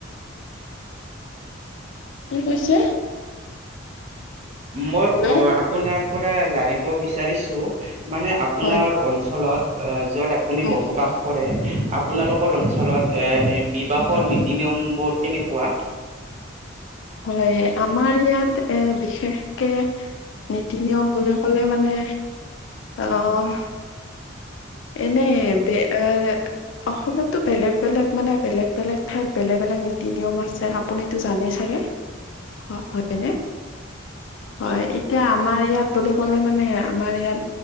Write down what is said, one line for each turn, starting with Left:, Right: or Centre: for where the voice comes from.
Left: কি কৈছে
Right: মই
Left: হেল্ল'
Right: অ আপোনাৰ পৰা জানিব বি জানিছো মানে আপোনাৰ
Left: হয়,
Right: অঞ্চলত যত আপুনি
Left: হয়।
Right: বসবাস কৰে আপোনালোকৰ
Left: হয়,
Right: অঞ্চলত এ বিবাহৰ নীতি নিয়ম বোৰ কেনেকোৱা
Left: হয় আমাৰ ইয়াত এ বিশেষকে নীতি নিয়ম বুলি ক'লে মানে অহ এনেই বে এ অসমতো বেলেগ বেলেগ মানে বেলেগ বেলেগ ঠাইত বেলেগ বেলেগ নীতি নিয়ম আছে আপুনিতো জানেই চাগে। হয় হয়নে হয় এতিয়া আমাৰ ইয়াত বুলি ক'লে মানে আমাৰ ইয়াত